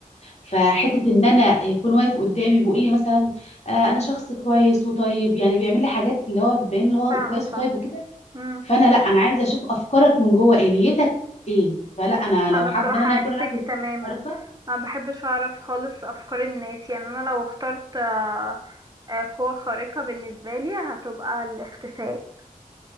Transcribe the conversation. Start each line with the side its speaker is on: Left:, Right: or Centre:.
Left: فحته ان انا يكون واقف قدامي بيقول لي مثلا آه، انا شخص كويس وطيب يعني بيعمل لي حاجات اللي هو بين اللي هو
Right: فاهمة
Left: كويس وطيب
Right: فاهمة
Left: وكده
Right: مم.
Left: فانا لا انا عايزه اشوف افكارك من جوه ايه نيتك ايه فلا انا لو
Right: انا
Left: حابه
Right: الصراحة
Left: ان انا
Right: عكسك
Left: يكون عندي قدرة
Right: تماما
Left: خارقه
Right: انا مبحبش اعرف خالص افكار الناس يعني انا لو اخترت آه، آه، قوة خارقة بالنسبة لي هتبقى الاختفاء <laughs>